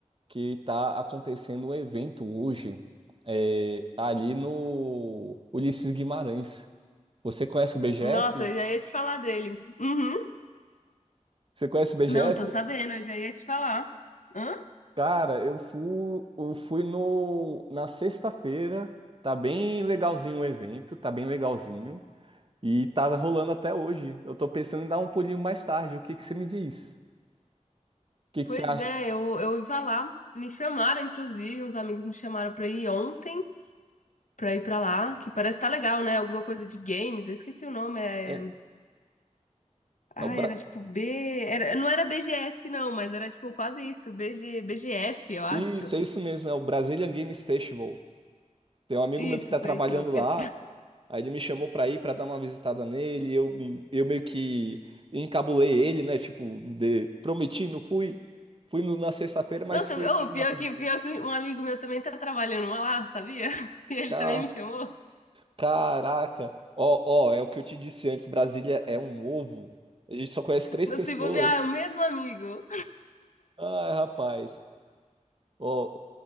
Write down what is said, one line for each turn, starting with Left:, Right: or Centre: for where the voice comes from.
Right: que tá acontecendo um evento hoje, é, ali no Ulisses Guimarães. Você conhece o BGF?
Left: Nossa, eu já ia te falar dele. Uhum.
Right: Você conhece o
Left: Não,
Right: BGF?
Left: tô sabendo, eu já ia te falar. Hã?
Right: Cara, eu fui, eu fui no, na sexta-feira. Tá bem legalzinho o evento, tá bem legalzinho. E tá rolando até hoje. Eu tô pensando em dar um pulinho mais tarde. O que que você me diz? O que
Left: Pois
Right: que você acha?
Left: é, eu, eu ia lá. Me chamaram, inclusive, uns amigos me chamaram pra ir ontem, pra ir pra lá, que parece que tá legal, né? Alguma coisa de games, eu esqueci o nome, é...
Right: É,
Left: Ah,
Right: é o Bra...
Left: era tipo B... Era... Não era BGS, não, mas era tipo quase isso, BG... BGF, eu acho.
Right: Isso, é isso mesmo, é o Brazilian Games Festival. Tem um amigo
Left: Isso,
Right: meu que tá
Left: festival,
Right: trabalhando
Left: porque
Right: lá, aí ele me chamou pra ir pra dar uma visitada nele. Eu, eu meio que encabulei ele, né? Tipo, de- prometi, não fui. Fui no- na sexta-feira, mas
Left: Nossa,
Right: foi foi
Left: ô, pior
Right: rapidinho.
Left: que, pior que um amigo meu também tá trabalhando uma lá, sabia? <laughs> E ele
Right: Tá
Left: também me chamou.
Right: Caraca! Ó, ó, é o que eu te disse antes, Brasília é um ovo. A gente só conhece três
Left: Não
Right: pessoas.
Left: se bobear, é o mesmo amigo.
Right: Ai, rapaz. Ó,